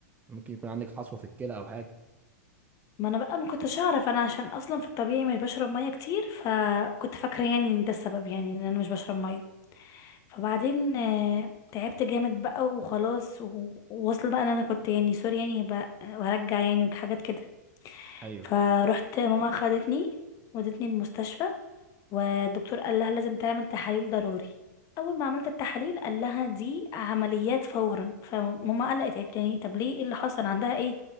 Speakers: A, on the right; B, on the left.
A: ممكن يكون عندك حصوه في الكلى او حاجه
B: ما انا بقى ما كنتش اعرف انا عشان اصلا في الطبيعي مش بشرب ميه كتير فكنت فاكره يعني ان ده السبب يعني ان انا مش بشرب ميه فبعدين آه، تعبت جامد بقى وخلاص و- ووصل بقى ان انا كنت يعني سوري يعني بقى وهرجع يعني وحاجات كده
A: ايوه
B: فروحت ماما خدتني ودتني المستشفى والدكتور قال لها لازم تعمل تحاليل ضروري اول ما عملت التحاليل قال لها دي عمليات فورا فماما قلقت قالت يعني طب ليه ايه اللي حصل عندها ايه